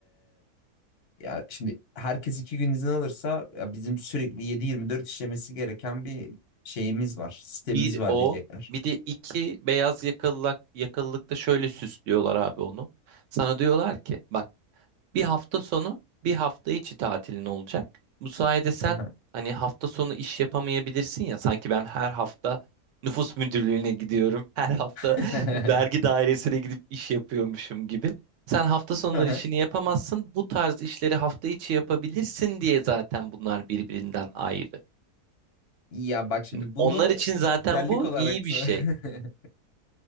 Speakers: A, on the left; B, on the right.
A: Ya şimdi herkes iki gün izin alırsa ya bizim sürekli yedi yirmi dört işlemesi gereken bir şeyimiz var. Sistemimiz
B: Bir
A: var
B: o.
A: diyecekler.
B: Bir de iki beyaz yakalılık, yakalılıkta şöyle süslüyorlar abi onu. Sana diyorlar ki bak bir hafta sonu bir hafta içi tatilin olacak. Bu sayede sen
A: Aha.
B: hani hafta sonu iş yapamayabilirsin ya sanki ben her hafta nüfus müdürlüğüne gidiyorum. Her hafta
A: <laughs>
B: <laughs> vergi dairesine gidip iş yapıyormuşum gibi. Sen hafta sonları
A: Aha.
B: işini yapamazsın. Bu tarz işleri hafta içi yapabilirsin diye zaten bunlar birbirinden ayrı.
A: Ya bak şimdi
B: Şimdi
A: bunu
B: onlar için
A: bir
B: zaten
A: güzellik
B: bu
A: olarak
B: iyi bir
A: sa-
B: şey.